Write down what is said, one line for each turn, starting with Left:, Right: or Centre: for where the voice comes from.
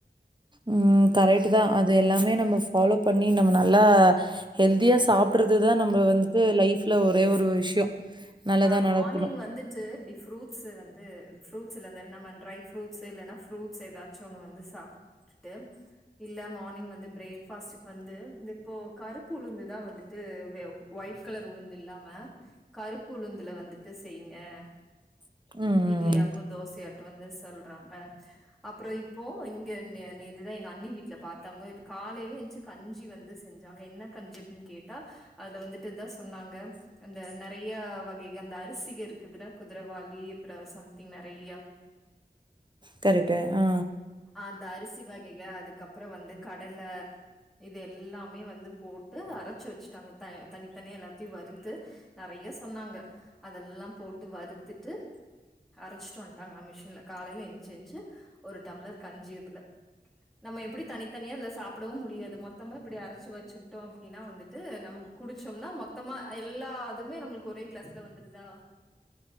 Right: உஹம் கரெக்ட் தான் அது எல்லாமே நம்ம ஃபாலோ பண்ணி நம்ம நல்லா ஹெல்தியா சாப்பிடுறதுதான் நம்ம வந்து லைஃப்ல ஒரே ஒரு விஷயம் நல்லதா
Centre: ஆ
Right: நடக்கணும்.
Centre: மார்னிங் வந்துட்டு ஃப்ரூட்ஸ் வந்து ஃப்ரூட்ஸ்ல நம்ம ட்ரை ஃப்ரூட்ஸ் இல்லனா ஃப்ரூட்ஸ் ஏதாச்சும் ஒண்ணு வந்து சாப்ட்டுட்டு இல்ல மார்னிங் வந்து பிரேக் பாஸிக் வந்து இந்த இப்போ கருப்பு உளுந்து தான் வந்துட்டு ஒயிட் கலர் உளுந்து இல்லாம கருப்பு உளுந்துல வந்துட்டு செய்ங்க ஆஹ
Right: ம்.
Centre: இட்லி ஆக்கும் தோசையாக்கும் வந்து சொல்றாங்க அப்புறோ இப்போ இங்க இது தான் எங்க அண்ணி வீட்ல பாத்தவங்க காலையில எனிச்சு கஞ்சி வந்து செஞ்சாங்க என்ன கஞ்சி அப்டின்னு கேட்டா அதுல வந்துட்டு தான் சொன்னாங்க அந்த நிறையா வகைக அந்த அரிசிங்க இருக்குதுல குதிரைவாளி அப்புறோ சம்திங் நறையா
Right: கரெக்ட்டு ஆ
Centre: அந்த அரிசி வகைக அதுக்கப்புறோ வந்து கடலை இது எல்லாமே வந்து போட்டு அரைச்சு வச்சுட்டாங்க தனித்தனியா எல்லாத்தையும் வறுத்து நறையா சொன்னாங்க அதெல்லாம் போட்டு வறுத்துட்டு அரைச்சிட்டு வந்துட்டாங்க மிஷின்ல காலையில எஞ்சு எஞ்சு ஒரு டம்ளர் கஞ்சி இதுல நம்ம எப்டி தனித் தனியா அதுல சாப்பிடவும் முடியாது மொத்தமா இப்டி அரைச்சு வச்சுக்கிட்டோம் அப்டின்னா வந்துட்டு நம்ம குடிச்சோம்னா மொத்தமா எல்லா இதுமே நம்மளுக்கு ஒரே கிலாஸ் வந்துறுதா